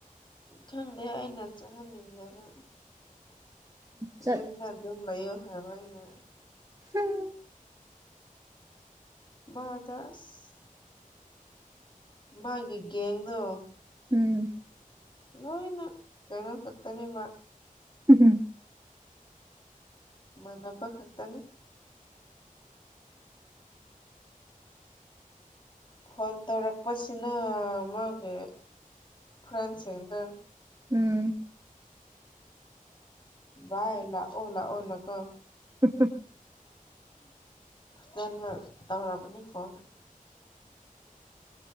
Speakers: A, on the left; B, on the right.
A: ꯈꯪꯗꯦ ꯑꯩꯅ ꯆꯡꯍꯟꯅꯤꯡꯗꯕ
B: ꯆꯠ
A: ꯌꯨꯝꯗ ꯗꯨꯝ ꯂꯩꯌꯣ ꯍꯥꯏꯕ ꯑꯩꯅ
B: ꯍꯨꯝ
A: <unintelligible> ꯃꯥꯒꯤ ꯒꯦꯡꯗꯣ
B: ꯎꯝ
A: ꯂꯣꯏꯅ ꯀꯩꯅꯣ ꯈꯛꯇꯅꯦꯕ
B: ꯍꯝꯎꯝ
A: ꯃꯥꯅꯕ ꯈꯛꯇꯅꯦ ꯐꯣꯟ ꯇꯧꯔꯛꯄꯁꯤꯅꯥ ꯃꯥꯒ ꯐ꯭ꯔꯦꯟꯁꯤꯡꯗꯣ
B: ꯎꯝ
A: ꯚꯥꯏ ꯂꯥꯛꯑꯣ ꯂꯥꯛꯑꯣꯅꯀꯣ
B: <unintelligible>
A: ꯐꯖꯅ ꯇꯧꯔꯕꯅꯤ ꯐꯣꯟ